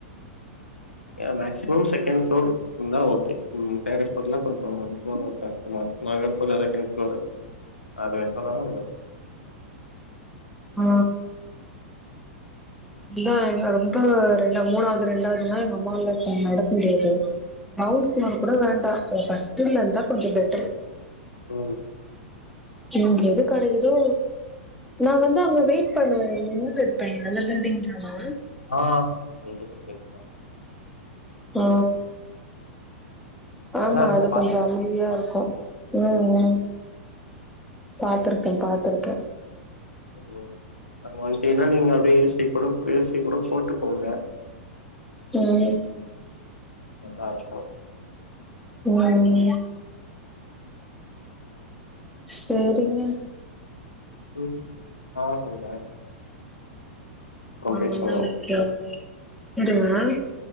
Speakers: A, on the left; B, in the centre.
A: ய மேக் சிவம் செகண்ட் ஃபுளோர் இருந்தா ஓகே ம் <unintelligible> கொஞ்சோ ரொம்ப கஷ்டமா <unintelligible> செகன்டு புளோரு அது வரைக்கந்தா ஓடுவ
B: ஓ அதா எங்க ரொம்ப ரெண்டா மூணாவது ரெண்டாவதுன்னா எங்க அம்மாவால நடக்க முடியாது கிரவுண்ட் ப்ளோர் கூட வேண்டா ஃபஸ்ட் ப்ளோரா இருந்தா கொஞ்சோ பெட்டரு
A: ம்
B: ம் எது கெடைகிதோ நா வந்து அங்க வெயிட் பண்ணுவே அங்க நின்னிட்டு இருப்ப நல்ல பில்டிங் தானா
A: ஆ <unintelligible>
B: ஓ ஆமா
A: நல்லா இருக்கும்
B: அது
A: பாத்துருக்கேன்.
B: கொஞ்சோ அமைதியா இருக்கு ம் ம் பாத்துருக்கே பாத்துருக்கே
A: ஒ அங்க வந்ட்டீங்கன்னா நீங்க அப்டியே ஏ சி கொட ஏ சி கூட போட்டுக்கோங்க
B: ம்
A: மட்ராஸ்கோ
B: வண்டி லேயா சேரிங்க
A: ம் ஆ சொல்ற
B: ஆ
A: பேசுவோம்.
B: Okay okay <inaudible>